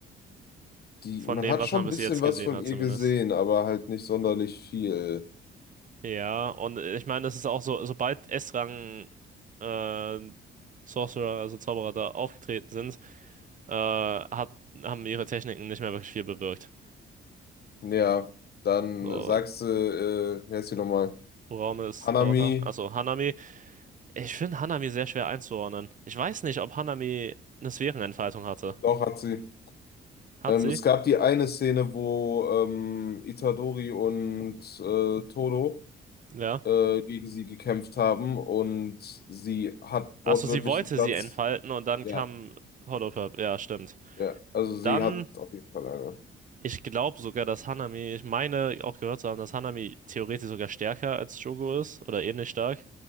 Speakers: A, on the left; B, on the right.
A: Die,
B: Von
A: man
B: dem,
A: hat
B: was
A: schon
B: man bis
A: ein bisschen
B: jetzt
A: was
B: gesehen
A: von
B: hat,
A: ihr
B: zumindest.
A: gesehen, aber halt nicht sonderlich viel.
B: Ja, und äh, ich meine, das ist auch so, sobald S-Rang äh, Sorcerer, also Zauberer da aufgetreten sind, äh, hat, haben ihre Techniken nicht mehr wirklich viel bewirkt.
A: Ja, dann
B: So,
A: sagst du, äh, wie heißt sie nochmal?
B: Uraume ist
A: Hanami,
B: darunter. Achso, Hanami. Ich finde Hanami sehr schwer einzuordnen. Ich weiß nicht, ob Hanami eine Sphärenentfaltung hatte.
A: doch hat sie.
B: Hat
A: Ähm,
B: sie?
A: es gab die eine Szene, wo ähm, Itadori und äh, Todo
B: Ja.
A: äh, gegen sie gekämpft haben und sie hat
B: Achso,
A: wortwörtlich
B: sie wollte
A: den Satz,
B: sie entfalten und dann
A: ja,
B: kam Hollow Purp. Ja, stimmt.
A: ja, also sie
B: Dann,
A: hat auf jeden Fall eine.
B: ich glaube sogar, dass Hanami, ich meine auch gehört zu haben, dass Hanami theoretisch sogar stärker als Jogo ist oder ähnlich stark.